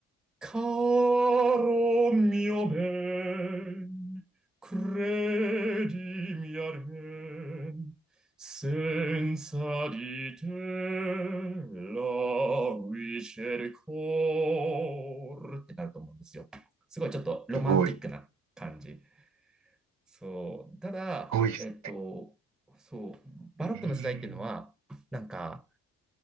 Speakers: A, in the centre; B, on the right (about 65°).
A: Caro mio ben, credimi al ben, senza di te l a v i s c e il cor ってなると思うんですよ。すごいちょっとロマンティックな感じ。
B: すごい。す
A: そう。ただ、
B: ごいっす。
A: えっと、そう、バロックの時代っていうのは、
B: えー
A: なんか、